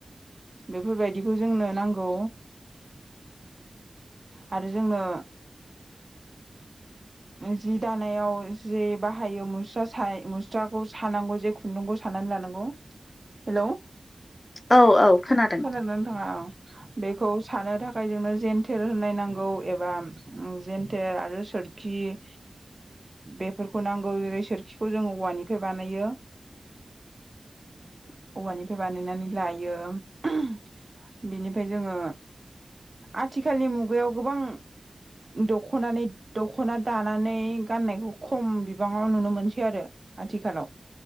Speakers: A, on the right; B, on the left.
A: बेफोरबायदिखौ जोंनो नांगौ आरो जोंनो जि दानायाव जे बाहायो मुस्रा सा मुस्राखौ सानांगौ जे खुन्दुंखौ सानानै लानांगौ हेलौ
B: औ औ खोनादों
A: खोनादो ना नोंथाङा औ बेखौ सानो थाखाय जोंनो जेन्थेर होननाय नांगौ एबा ओम जेन्थेर आरो सोर खि बेफोरखौ नांगौ जेरै सोरखिखौ जों औवानिफ्राय बानायो
B: <inaudible>
A: औवानिफ्राय बानायनानै लायो ओहोम बेनिफ्राय जोङो आथिखालनि मुगायाव गोबां दख'नानै दख'ना दानानै गाननायखौ खम बिबाङाव नुनो मोनसै आरो आथिखालाव